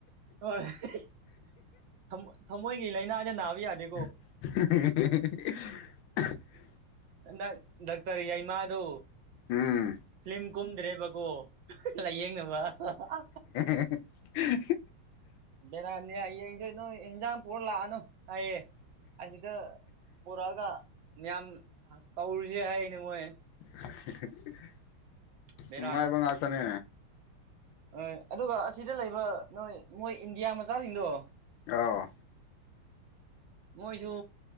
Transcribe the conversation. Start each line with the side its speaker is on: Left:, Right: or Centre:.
Right: ꯍꯣꯏ <unintelligible> ꯊꯃꯣꯏ ꯊꯃꯣꯏꯒꯤ ꯂꯥꯏꯅꯥꯗꯤ ꯅꯥꯕ ꯌꯥꯗꯦ
Left: <unintelligible>
Right: <unintelligible> ꯗꯥꯛꯇꯔ ꯌꯥꯏꯃꯥꯗꯨ
Left: ꯎꯝ
Right: ꯐ꯭ꯂꯤꯝ ꯀꯨꯝꯗ꯭ꯔꯦꯕꯀꯣ ꯍ ꯂꯥꯏꯌꯦꯡꯅꯕ ꯑꯍ ꯍꯥ
Left: ꯍꯦ ꯍꯦ ꯑꯍꯦ
Right: ꯕꯦꯔꯥꯅꯤ ꯍꯌꯦꯡꯖꯦ ꯅꯣꯏ ꯏꯟꯖꯥꯡ ꯄꯨꯔ ꯂꯥꯛꯑꯅꯨ ꯍꯥꯏꯌꯦ ꯑꯁꯤꯗ ꯄꯨꯔꯛꯑꯒ ꯃꯤꯌꯥꯝ ꯇꯧꯔꯨꯖꯦ ꯍꯥꯏꯌꯦꯅꯦ ꯃꯣꯏ
Left: ꯍ ꯍ ꯍ
Right: ꯕꯦꯔꯥꯅꯤ
Left: ꯅꯨꯡꯉꯥꯏꯕ ꯉꯥꯛꯇꯅꯦ
Right: ꯍꯣꯏ ꯑꯗꯨꯒ ꯑꯁꯤꯗ ꯂꯩꯕ ꯅꯣꯏ ꯃꯣꯏ ꯏꯟꯗꯤꯌꯥ ꯃꯆꯥꯁꯤꯡꯗꯣ
Left: ꯑꯥꯎ
Right: ꯃꯣꯏꯖꯨ